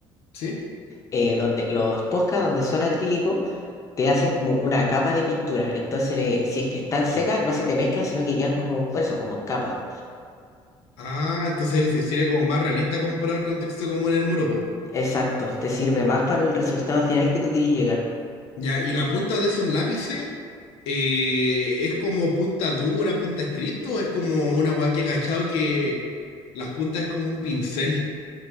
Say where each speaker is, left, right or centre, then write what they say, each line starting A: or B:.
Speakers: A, on the left; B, on the left.
A: ¿Sí?
B: eh, donde los posca, donde son acrílicos, te hacen como una capa de pintura. Entonces, eh, si es que están secas,
A: Ujú.
B: no se te mezclan, sino que quedan como, por eso, como en capa.
A: Ah, entonces se- sería como más realista comparar el contexto como en el muro, pues.
B: Exacto, te sirve más para el resultado final que tú querías llegar.
A: Ya, y la punta de esos lápices eh, es como punta dura, punta escrito, o es como una weá que he cachado que las puntas es como un pincel.